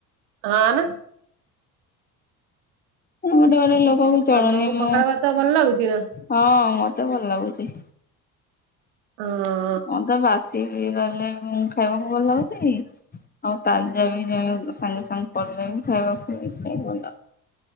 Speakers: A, on the right (about 60°); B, on the left (about 20°).
A: ଆ ନା
B: ମୁ ଗୋଟେ ଘର ଲୋକ କ ଚଳୁନି
A: ତମକୁ
B: ମୁଁ
A: ପଖାଳ ଭାତ ଭଲ ଲାଗୁଛି ନା
B: ହଁ ମତେ ଭଲ ଲାଗୁଛି।
A: ହଁ।
B: ହଁ ତ ବାସି ରହିଗଲେ ଖାଇବାକୁ ଭଲ ଲାଗୁଛି ଆଉ ତାଜା ବି ସାଙ୍ଗେ ସାଙ୍ଗେ ପଡିଲେ ବି ଖାଇବାକୁ ମି ଭଲ